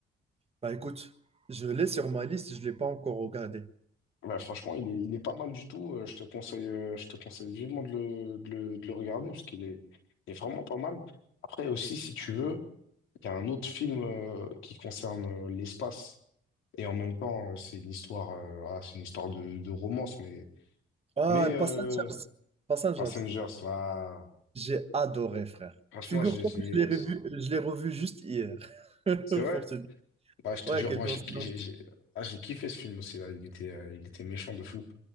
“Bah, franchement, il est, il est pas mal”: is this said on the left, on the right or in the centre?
Left